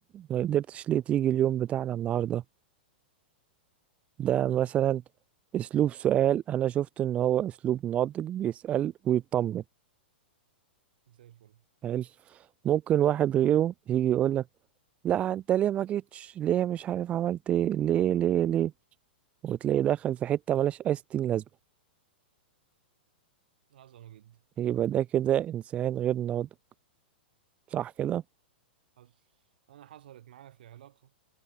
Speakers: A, on the right; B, on the right.
A: ما قدرتش ليه تيجي اليوم بتاعنا النهاردة ده مثلا اسلوب سؤال انا شفت ان هو اسلوب ناضج بيسأل ويطمن
B: زي الفل
A: حلو ممكن واحد غيره يجي يقول لا انت ليه ما جيتش ليه مش عارف عملت ايه ليه ليه ليه وتلاقي دخل في حتة ملهاش اي ستين لازمة
B: عظمه جدا
A: يبقى ده كده انسان غير ناضج صح كده
B: حصل انا حصلت معايا في علاقه